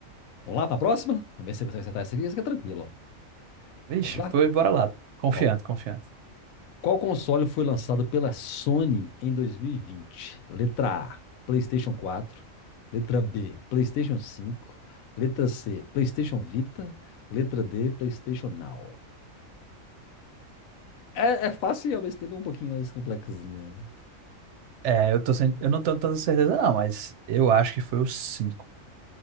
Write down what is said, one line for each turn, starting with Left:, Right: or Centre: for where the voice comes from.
Left: Vamos lá pra próxima? Vamos ver se você consegue acertar essa aqui, essa aqui é tranquila,
Right: Vixe,
Left: Vamos lá?
Right: pois bora lá. Confiante,
Left: Ó,
Right: confiante.
Left: qual console foi lançado pela Sony em 2020? Letra A, PlayStation 4. Letra B, PlayStation 5. Letra C, PlayStation Vita. Letra D, PlayStation Now. É, é fácil e ao mesmo tempo é um pouquinho mais complexinha. né?
Right: É, eu tô sem... eu não tenho tanta certeza não, mas eu acho que foi o cinco